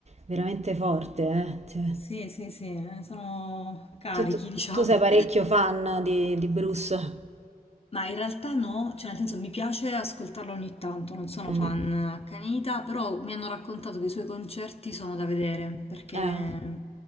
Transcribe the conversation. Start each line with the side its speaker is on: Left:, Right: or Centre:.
Right: veramente forte, eh. Cioè,
Left: Sì, sì, sì, eh, sono carichi,
Right: tu, tu-
Left: <laughs> diciamo.
Right: tu sei parecchio fan di, di Bruce.
Left: Ma in realtà no, cioè nel senso mi piace ascoltarlo ogni tanto, non sono
Right: Mm.
Left: fan accanita, però mi hanno raccontato che i suoi concerti sono da vedere, perché
Right: Eh,